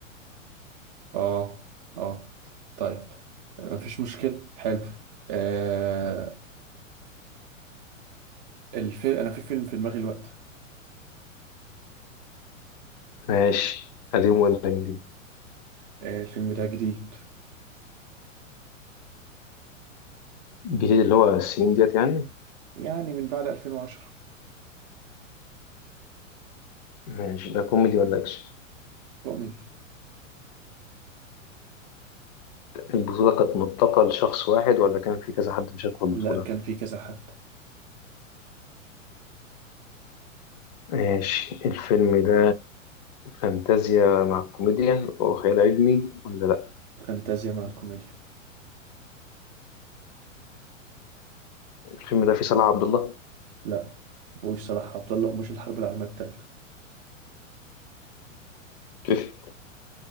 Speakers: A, on the right (about 35°); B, on the left (about 35°).
A: اه اه طيب مفيش مشكلة حلو آه الفيلم انا في فيلم في دماغي الوقت
B: ماشي قديم ولا جديد
A: آه الفيلم ده جديد
B: الجديد اللي هو السنين ديت يعني
A: يعني من بعد 2010
B: ماشي ده كوميدي ولا أكشن
A: كوميدي
B: البطولة كانت متقة لشخص واحد ولا كان في كذا حد مشارك في البطولة
A: لا كان في كذا حد
B: ماشي الفيلم ده فانتازيا مع الكوميديا وخيال علمي ولا لأ
A: فانتازيا مع الكوميديا
B: الفيلم ده فيه صلاح عبد الله
A: لا بوش صلاح عبد الله ومش الحرب العالمية التالتة
B: <laughs>